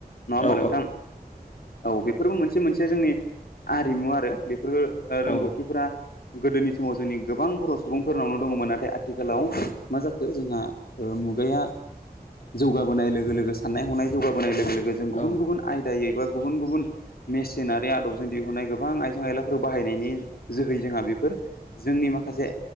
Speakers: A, on the left (about 70°); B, on the left (about 50°).
A: नङा होमबा
B: औ
A: नोंथां औ बे फोरबो मोनसे मोनसे जोंनि आरिमु आरो बेफोरो रोंगौथिफोरा
B: औ
A: गोदोनि समाव जोंनि गोबां बर सुबुंफोरनावनो दङमोन नाथाय आथिखालाव मा जाख खो जोंहा मुगाया जौगाबोनाय लोगो लोगो साननाय हनाय जौगाबोनाय लोगो लो गो जों
B: औ
A: गुबुन गुबुन आयदायै बा गुबुन गुबुन मेसिनारि आदबजों दिहुननाय गोबां आइजें आयलाफोर बाहायनायनि जोहै जोंहा बे जोंनि माखासे